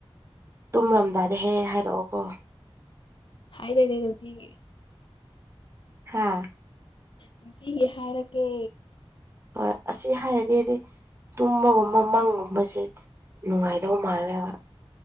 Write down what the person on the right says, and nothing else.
ꯇꯨꯝꯔꯝꯗꯥꯏꯗ ꯍꯦꯛ ꯍꯥꯏꯔꯛꯑꯣ ꯀꯣ
ꯍꯥꯥ
ꯍꯣꯏ ꯑꯁꯤ ꯍꯥꯏꯔꯒꯦꯗꯤ ꯇꯨꯝꯕꯒꯨꯝꯕ ꯃꯪꯒꯨꯝꯕꯁꯦ ꯅꯨꯡꯉꯥꯏꯗꯧ ꯃꯥꯜꯂꯦꯕ